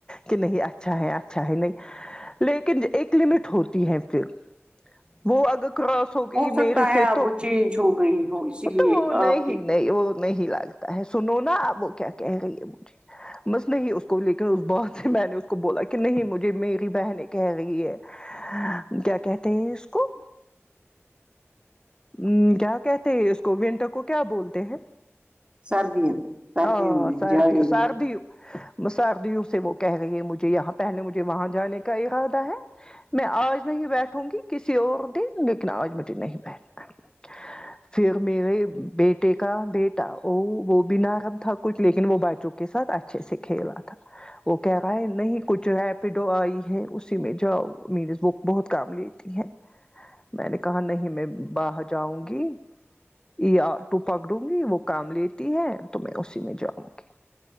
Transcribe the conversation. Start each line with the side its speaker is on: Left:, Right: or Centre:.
Left: کہ نہیں اچھا ہے اچھا ہے نہیں لیکن ایک لمٹ ہوتی ہے پھر وہ اگر کراس ہو گئی
Right: سکتا
Left: میرے
Right: ہے
Left: سے
Right: آپ
Left: تو
Right: وہ چینج ہو گئی ہو اسی لیے
Left: تو وہ نہیں
Right: آپ کی
Left: نہیں وہ نہیں لگتا ہے سنو نا آب وہ کیا کہہ رہی ہو گی بس نہیں اس کو لیکن اس بعد سے میں نے اس کو بولا کہ نہیں مجھے میری بہنیں کہہ رہی ہے کیا کہتے ہیں اس کو ہمم کیا کہتے ہیں اس کو ونٹر کو کیا بولتے ہیں
Right: سردیاں سردیوں
Left: ہاں
Right: میں
Left: سردی
Right: جاڑے
Left: سردی
Right: میں
Left: مسدیوں سے وہ کہہ رہی ہے مجھے یہاں پہلے مجھے وہاں جانے کا ارادہ ہے میں آج نہیں بیٹھوں گی کسی اور دن لیکن آج مجھے نہیں بیٹھنا ہے پھر میرے بیٹے کا بیٹا وہ وہ بی نرم تھا کچھ لیکن وہ بچوں کے ساتھ اچھا اچھے سے کھیلا تھا وہ کہہ رہا ہے نہیں کچھ ایپ آئی ہے اسی میں جاؤ مینز وہ بہت کام لیتی ہے میں نے کہا نہیں میں باہر جاؤں گی یہ آٹو پکڑوں گی وہ کام لیتی ہے تو میں اسی میں جاؤں گی